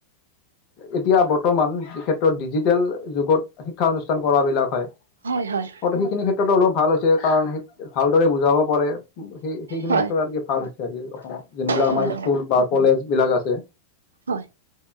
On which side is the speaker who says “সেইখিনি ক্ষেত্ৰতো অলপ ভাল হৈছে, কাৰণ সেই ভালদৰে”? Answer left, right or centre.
Left